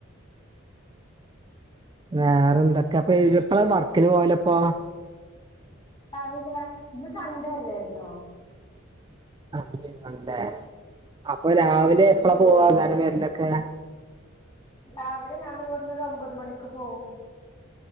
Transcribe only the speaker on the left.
രാവിലെ, ഇന്ന് സൺഡേ അല്ലായിരുന്നോ
ഇന്ന്
ലീവാണ്
രാവിലെ ഞാന് ഇവട്ന്നൊരു ഒമ്പത് മണിക്ക് പോവും.